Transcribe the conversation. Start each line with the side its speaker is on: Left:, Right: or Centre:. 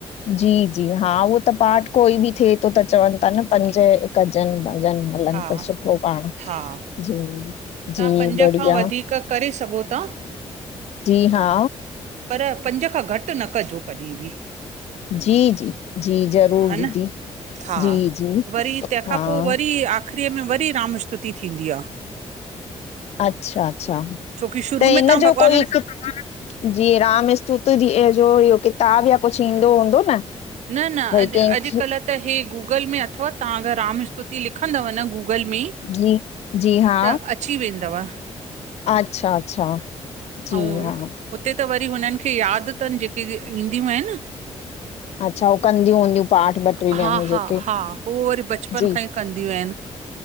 Left: जी -जी हा, उहो त पाठ कोई बि थिए तो त, चवनि ता न पंज कजनि भॼन हलनि
Right: हा
Left: त, सुठो पांण
Right: हा
Left: जी -जी
Right: तव्हां पंज
Left: बढ़िया।
Right: खां वधीक करे सघो ता।
Left: जी -हा।
Right: पर, पंज खां घटि न कजो कॾहिं बि।
Left: जी- जी-जी ज़रूर
Right: हा
Left: दीदी।
Right: न हा,
Left: जी जी
Right: वरी तंहिंखां
Left: हा
Right: पो वरी आख़िरीअ में वरी राम स्तुति थींदी आ।
Left: अच्छा-अच्छा!
Right: छोकी शुरू
Left: त हिन
Right: में तव्हां
Left: जो
Right: भॻवाननि
Left: कोई हिकु जींअ राम स्तुती जी, जो इह्यो किताब या कुछु ईंदो हूंदो न?
Right: न-न
Left: भई
Right: अॼु
Left: कंहिंखे
Right: अॼुकल्ह त हे गूगल में अथव, तहां अगरि राम स्तुति लिखंदव न गूगल में?
Left: जी- जी हा,
Right: त अची वेंदव
Left: अच्छा- अच्छा। जी
Right: अंउं,
Left: हा
Right: हुते त वरी हुननि खे यादि तनि, जेके ईंदियूं आहिनि।
Left: अच्छा हो कंदियूं हूंदियूं पाठ ॿ टे
Right: हा
Left: ॼणियूं जेके
Right: -हा -हा, हो वरी बचपन
Left: जी
Right: खां ई कंदियूं आहिनि।